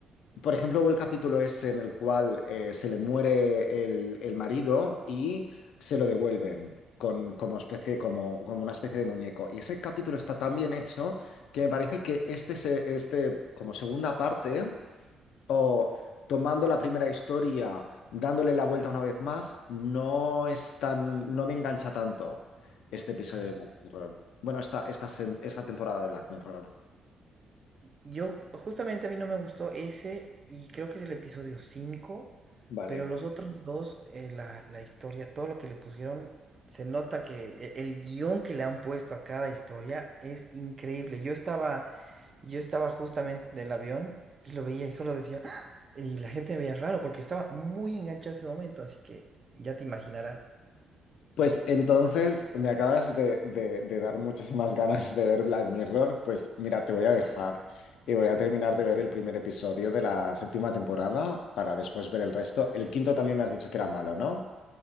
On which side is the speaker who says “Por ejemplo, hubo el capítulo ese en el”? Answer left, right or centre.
Left